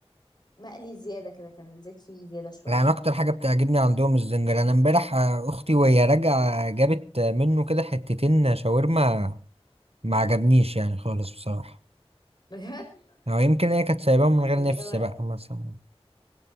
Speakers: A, on the left (about 40°); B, on the right (about 65°).
A: مقلي زياده كده كان الزيت فيه زياده شويه
B: لا انا اكتر حاجه بتعجبني عندهم الزنجر انا امبارح آه، اختي وهي راجعه جابت آه، منه كده حتتين شاورما ما عجبنيش يعني خالص بصراحه
A: بجد <laughs>
B: او يمكن هي كانت سايباهم من غير
A: كانت
B: نفس
A: جايبه
B: بقى مثلا